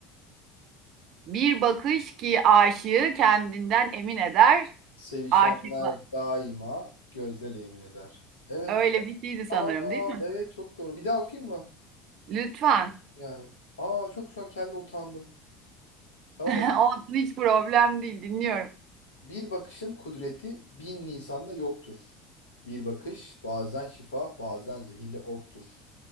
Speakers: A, on the right; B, on the left.
A: Bir bakış ki aşığı kendinden emin eder.
B: Sevişenler
A: Aşıkla.
B: daima gözle emin eder. Evet.
A: Öyle bir şeydi sanırım
B: Aa
A: değil mi?
B: evet çok doğru. Bir daha okuyayım mı?
A: Lütfen.
B: Yani. Aa çok şu an kendi utandım. Tamam.
A: <laughs>
B: oku.
A: Olsun hiç problem değil dinliyorum.
B: Bir bakışın kudreti bin Nisan'da yoktur. Bir bakış bazen şifa bazen zehirli oktur.